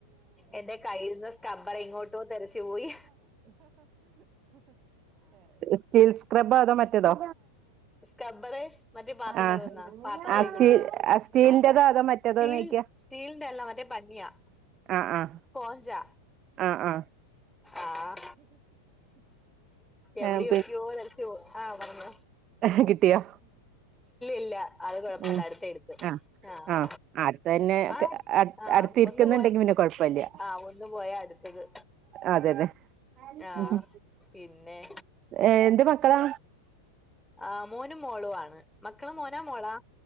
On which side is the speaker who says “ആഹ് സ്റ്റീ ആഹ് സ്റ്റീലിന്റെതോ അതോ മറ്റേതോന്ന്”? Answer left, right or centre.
Right